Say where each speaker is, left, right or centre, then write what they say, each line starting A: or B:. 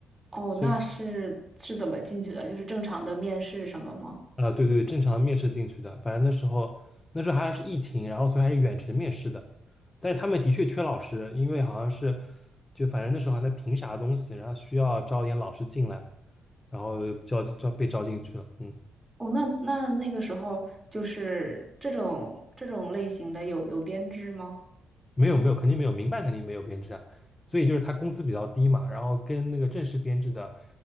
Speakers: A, on the right; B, on the left.
A: 哦，
B: 所以
A: 那是是怎么进去的？就是正常的面试什么吗？
B: 啊，对对对，正常面试进去的，反正那时候那时候还是疫情，然后所以还是远程面试的。但是他们的确缺老师，因为好像是就反正那时候还在评啥东西，然后需要招一点老师进来，然后就招进招被招进去了。嗯。
A: 哦，那那那个时候就是这种这种类型的有有编制吗？
B: 没有没有，肯定没有，民办肯定没有编制啊，所以就是他工资比较低嘛，然后跟那个正式编制的，